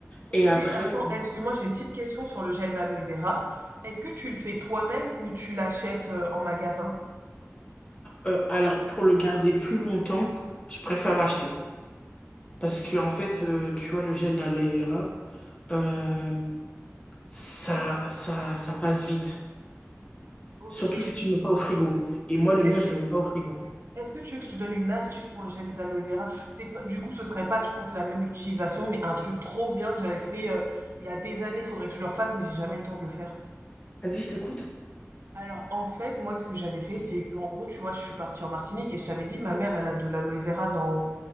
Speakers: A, on the right (about 55°); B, on the left (about 20°).
A: OK,
B: Et après,
A: attends, excuse-moi, j'ai une petite question sur le gel d'aloe vera. Est-ce que tu le fais toi-même ou tu l'achètes, heu, en magasin?
B: euh, alors, pour le garder plus longtemps, je préfère l'acheter. Parce
A: OK,
B: que, en fait, euh, tu vois, le gel d'aloe vera, euh, ça, ça, ça passe vite.
A: OK.
B: Surtout si tu ne le mets pas au frigo. Et moi, le
A: Est-ce
B: mien,
A: que
B: je le mets pas au frigo.
A: Est-ce que tu veux que je te donne une astuce pour le gel d'aloe vera? C'est pas, du coup, ce serait pas, je pense, la même utilisation, mais un truc trop bien que j'avais fait euh, il y a des années. Faudrait que je le refasse, mais j'ai jamais le temps de le faire.
B: Vas-y, je t'écoute.
A: Alors, en fait, moi, ce que j'avais fait, c'est qu'en gros, tu vois, je suis partie en Martinique et je t'avais dit, ma mère, elle a de l'aloe vera dans,